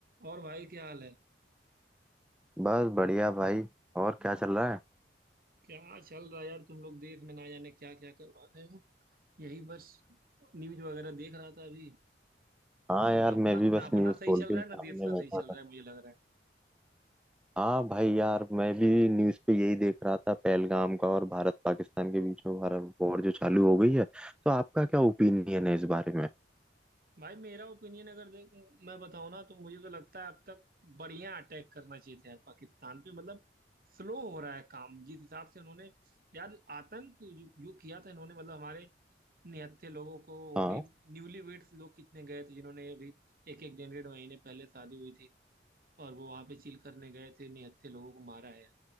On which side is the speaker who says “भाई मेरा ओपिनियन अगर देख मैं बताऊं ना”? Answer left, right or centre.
Right